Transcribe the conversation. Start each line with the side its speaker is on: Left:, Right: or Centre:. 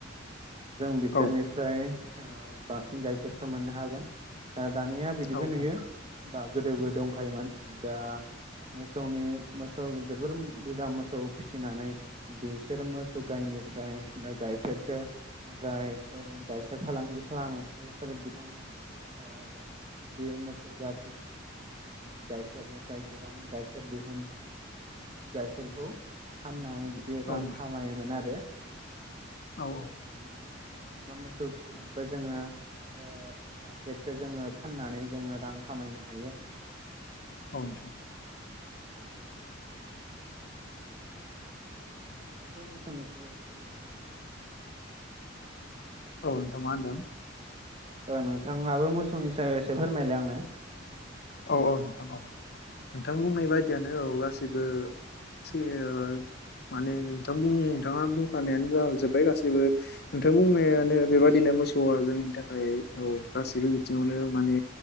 Right: जों बोसोरनिफ्राय
Left: औ
Right: ओ बांसिन गाइखेरखौ मोननो हागोन ओ दानिया बिदिबो
Left: औ औ
Right: नुयो दा गोदोबो दंखायोमोन दा मोसौनि मोसौ जोबोर बुरजा मोसौ फिसिनानै बिसोर मोसौ गावनिफ्राय दा गाइ गाइखेरखौ जायफोर गाइखेर फालांगि खालामो बेसोर बिथांमोना ओ बिदि मोसौ जारसि फिनानै बिसिनि गाइखेरनिफ्राय फाय गोबां गाइखेर दिहुन गाइखेरखौ फाननानै बिदि
Left: नोंथां
Right: रां खामायोमोन आरो
Left: औ औ
Right: बिदिनो जेनेबा मोसौ फिसिनाबो जोङो ओ गाइखेरखौ जोङो फाननानै जोङो रां खमायनो हायो
Left: औ नोंथां
Right: जोंनि न'खरखौ मोजां खालामनो हायो आरो नोंथां नोंथाङाबो मोसौनिसो एसे फोरमायलाय <inaudible>
Left: औ नोंथां मा होनदों
Right: ओ नोंथाङाबो मोसौनि सायाव एसे फोरमायलाय आंनो?
Left: औ औ नोंथां औ नोंथां बुंनाय बायदियानो औ गाससिबो <unintelligible> माने नोंथां नोंथाङा बुंखानायानो जाजोब्बाय गासैबो नोंथां बुंनायानो बेबादिनो मोसौ जोंनि थाखाय औ गासैबो बिथिङावनो माने